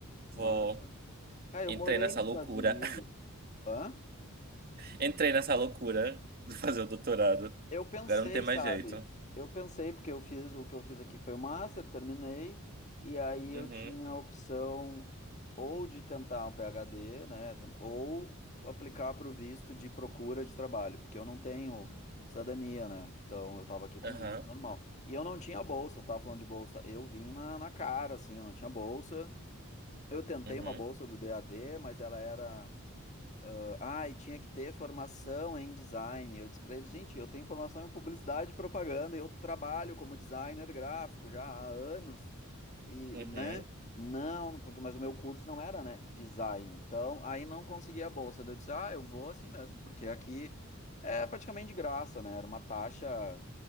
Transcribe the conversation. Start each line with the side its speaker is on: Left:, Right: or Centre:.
Left: Massa.
Right: Vou,
Left: Cara,
Right: entrei
Left: eu morei
Right: nessa
Left: nos
Right: loucura,
Left: Estados Unidos. Hã?
Right: <laughs> entrei nessa loucura de fazer o doutorado.
Left: Eu pensei,
Right: Agora não tem mais
Left: sabe?
Right: jeito.
Left: Eu pensei, porque eu fiz o que eu fiz aqui foi o master, terminei, e aí eu
Right: Uhum,
Left: tinha a opção ou de tentar um PhD, né? ten- Ou aplicar para o visto de procura de trabalho, porque eu não tenho cidadania, né? Então eu tava aqui com
Right: aham.
Left: visto normal. E eu não tinha bolsa, eu tava falando de bolsa. Eu vim na, na cara, assim, eu não tinha bolsa. Eu tentei
Right: uhum.
Left: uma bolsa do DAD, mas ela era. Ah, e tinha que ter formação em design. Eu disse para eles, gente, eu tenho formação em publicidade e propaganda, eu trabalho como designer gráfico já há anos. E,
Right: Uhum.
Left: né? Não, porque mas o meu curso não era, né, design. Então, aí não conseguia a bolsa. Daí Eu disse: "Ah, eu vou assim mesmo", porque aqui é praticamente de graça, né? Era uma taxa